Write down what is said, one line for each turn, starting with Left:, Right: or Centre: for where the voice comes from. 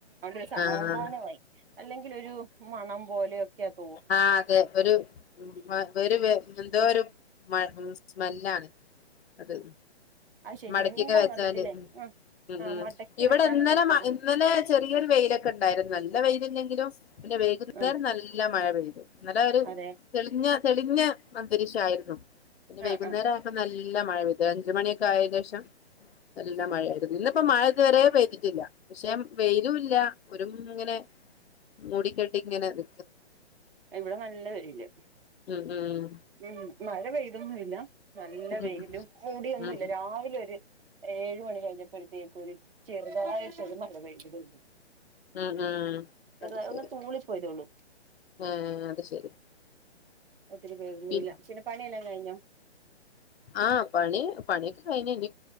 Right: അതസമാധാനവായി
Left: ആഹ്
Right: അല്ലെങ്കിലൊരു മണം പോലെയൊക്കെ -
Left: ആ അതെ ഒരു വെ ഒരു വെ എന്തോ ഒരു മ സ്മെല്ലാണ് അത്
Right: അത് ശരി
Left: മടക്കിയൊക്കെ
Right: എന്താന്ന്
Left: വെച്ചാല്
Right: അറിയത്തില്ലേ
Left: ഉം
Right: ആ
Left: ഉം
Right: ആ മടക്കി
Left: ഇവിടെ
Right: വെക്കാനുള്ള
Left: ഇന്നലെ
Right: തൂ
Left: ഇന്നലെ ചെറിയൊരു വെയിലൊക്കെണ്ടായിരുന്നു നല്ല വെയ്ലില- ങ്കിലും പിന്നെ വൈകുന്നേരം
Right: ആ
Left: നല്ല മഴ പെയ്തു നല്ല ഒരു
Right: അതെ
Left: തെളിഞ്ഞ തെളിഞ്ഞ അന്തരീഷായിരുന്നു പിന്നെ
Right: ആ
Left: വൈകുന്നേരം
Right: ആ
Left: ആയപോനല്ല മഴ പെയ്തു അഞ്ചുമണിയൊക്കെ ആയേ ശേഷം നല്ല മഴായിരുന്നു ഇന്നിപ്പോ മഴ ഇതു വരെ പെയ്തിട്ടില്ല പക്ഷെ വെയ്ലുല്ല ഒരു ഇങ്ങനെ മുടി കെട്ടിങ്ങനത്
Right: ഇവടെ നല്ല വെയില്
Left: ഉം ഉം
Right: ഉം മഴ പെയ്തൊന്നില്ല നല്ല
Left: ഉം
Right: വെയ്ലും മൂടിയൊന്നുല്ല
Left: ഉം
Right: രാവിലെ ഏ ഏഴ് മണി കഴിഞ്ഞപ്പോഴത്തേക്കും ഒരു ചെറുതായിട്ടൊരു മഴ <unintelligible>
Left: ഉ ഉം
Right: ചെറുതായി
Left: അത് ശെരി
Right: ഒന്ന് തൂളിപ്പോയതേ ഉള്ളൂ
Left: ആ അത് ശരി
Right: ഒത്തിരി പേരൊന്നുല്ല
Left: പി
Right: പിന്നെ പണിയെല്ലാം കഴിഞ്ഞോ
Left: ആ പണി പണിയൊക്കെ കഴിഞ്ഞ് ഇനി